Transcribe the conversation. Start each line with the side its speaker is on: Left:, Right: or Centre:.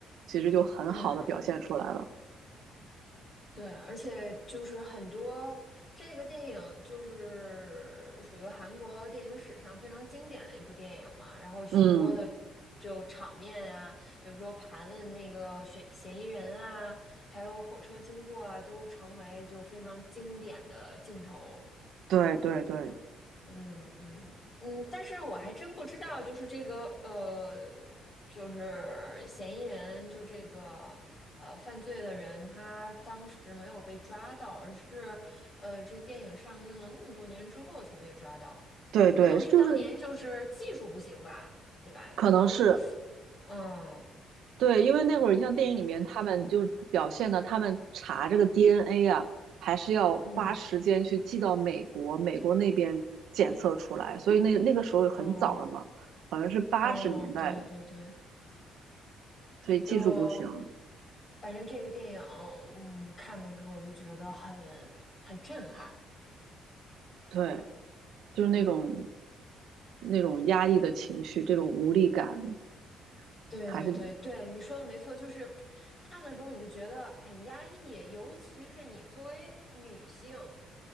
Right: 其实就很好的表现出来了。
Left: 嗯。对，而且就是很多这个电影就是属于韩国电影史上非常经典的一部电影嘛，然后许多的就场面啊，
Right: 嗯，
Left: 比如说盘问那个嫌嫌疑人啊，还有火车经过啊，都成为就非常经典的镜头。
Right: 对对对
Left: 嗯嗯嗯，但是我还真不知道，就是这个呃，就是嫌疑人，就这个呃犯罪的人，他当时没有被抓到，而是呃这电影上映了那么多年之后才被抓到，
Right: 对对，
Left: 有可能是当年就是技术不行吧，
Right: 就是
Left: 对吧？
Right: 可能是。
Left: 可能，嗯
Right: 对，因为那会儿你像电影里面，他们就是表现的，他们查这个 DNA 啊，还是要花时间去寄到美国，
Left: 嗯
Right: 美国那边检测出来，所以那那个时候很早了嘛，
Left: 哦
Right: 好像是八十年代，
Left: 哦，对对对，
Right: 所以技术不行，
Left: 就反正这个电影，嗯，看的时候我就觉得很很震撼，
Right: 对，就是那种
Left: 嗯，
Right: 那种压抑的情绪，这种无力感，
Left: 对对对对，
Right: 还是
Left: 你说的没错，就是看的时候你就觉得很压抑，尤其是你作为女性